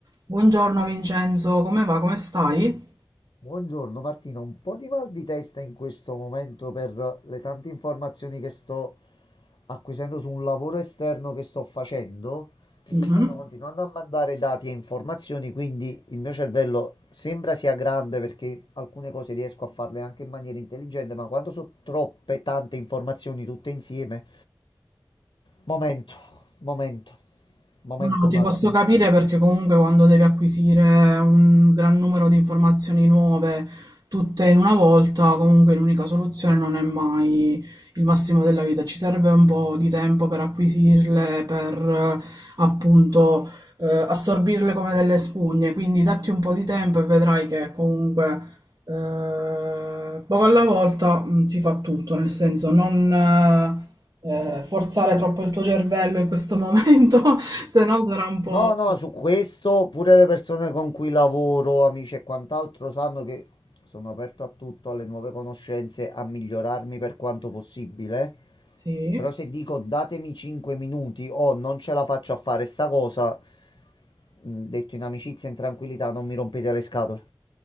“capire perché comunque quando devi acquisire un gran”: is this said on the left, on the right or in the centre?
Right